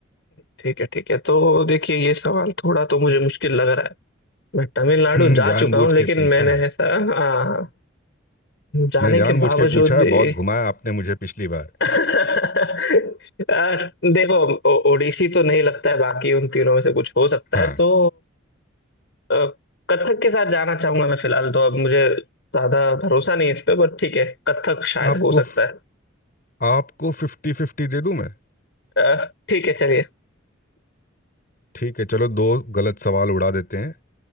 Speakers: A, on the left (about 60°); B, on the left (about 45°).
A: ठीक है ठीक है तो देखिए ये सवाल थोड़ा तो मुझे मुश्किल लग रहा है मैं तमिलनाडु
B: <laughs> हम्म,
A: जा
B: जानबूझ
A: चुका हूँ
B: के
A: लेकिन
B: पूछा
A: मैंने
B: है
A: ऐसा हाँ जाने
B: मैंने जानबूझ
A: के बावजूद
B: के पूछा है
A: भी
B: बहुत घुमाया आपने मुझे पिछली बार
A: <laughs> आ, देखो ओ- ओडिसी तो नहीं लगता है बाकी उन तीनों में से कुछ हो सकता
B: हाँ
A: है तो आ, कथक के साथ जाना चाहूंगा मैं फिलहाल तो अब मुझे ज्यादा भरोसा नहीं इस पे बट ठीक है कथक शायद
B: आपको
A: हो सकता है
B: आपको फिफ्टी फिफ्टी दे दूं मैं
A: आ, ठीक है चलिए
B: ठीक है चलो दो गलत सवाल उड़ा देते हैं